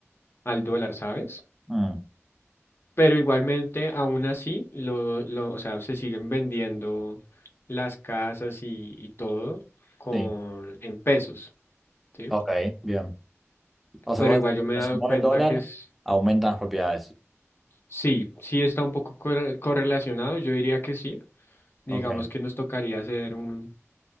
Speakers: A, on the left (about 50°); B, in the centre.
A: al dólar, ¿sabes?
B: Mm,
A: Pero igualmente, aún así, lo, lo, o sea, se siguen vendiendo las casas y, y todo con,
B: sí.
A: en pesos, ¿sí?
B: Ok, bien. O sea,
A: Pero
B: vos,
A: igual yo
B: cuando
A: me he dado
B: se mueve
A: cuenta
B: el dólar,
A: que es,
B: aumentan las propiedades.
A: sí, sí está un poco corre- correlacionado, yo diría que sí. Digamos
B: Ok.
A: que nos tocaría hacer un,